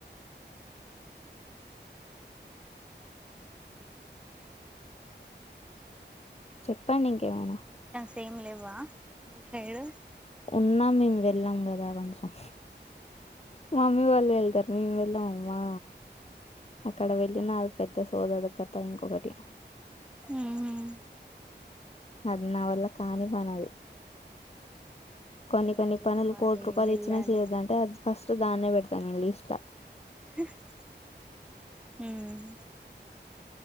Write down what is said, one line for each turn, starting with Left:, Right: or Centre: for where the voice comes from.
Centre: <unintelligible>
Left: చెప్పండి ఇంకేమైనా
Centre: సేమ్ లేవా మీ సైడ్
Left: ఉన్నా మేము వెళ్ళాం కదా కొంచెం మమ్మీ వాళ్ళు వెళ్తారు మేము వెళ్ళాం అమ్మా అక్కడ వెళ్ళిన అది పెద్ద సోదల కత ఇంకొకటి
Centre: ఉంహ
Left: అది నా వల్ల కానీ పనిది
Centre: మళ్ళీ
Left: కొన్ని కొన్ని
Centre: రెడీ
Left: పనులు
Centre: అవ్వాలి
Left: కోట్ల రూపాయలు
Centre: వెళ్ళాలి
Left: ఇచ్చినా చేయొద్దంటే అది ఫస్ట్ దాన్నే పెడతాను నేను లీస్ట్
Centre: <unintelligible>